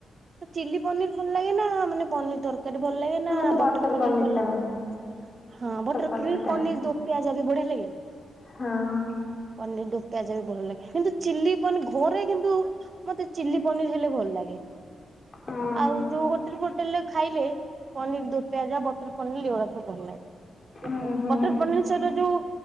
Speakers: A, on the right; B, on the left.
A: ତ ଚିଲି ପନିର ଭଲ ଲାଗେ ନା ମାନେ ପନିର ତରକାରୀ। ତରକାରୀ ଭଲ ଲାଗେ ନା
B: ମତେ
A: ବଟର ପନିରି
B: ପନିର
A: ଭଲ ଲ
B: ଟା ମାମ
A: ହଁ ବଟର
B: ପନିର
A: ପନରି
B: ଟା
A: ପୁଣି ବଟର। ପିଆଜ ବି ବଢିଆ ଲଗେ।
B: ହଁ
A: ପନିର ପିଆଜ ବି ଭଲ ଲାଗେ କିନ୍ତୁ ଚିଲି ପନି ଘରେ। କିନ୍ତୁ ମତେ ଚିଲି ପନିର ହେଲେ ଭଲ ଲାଗେ।
B: ହଁ
A: ଆଉ ଯୋଉ ହୋଟେଲ ଫୋଟେଲେରେ ଖାଇଲେ। ପନିର ଦୋ ପିଆଜ ବଟର ପନିର ଭଲ ଲାଗେ।
B: ହୁଁ ହୁଁ
A: ବଟର ପନିର ସହିତ ଯୋଉ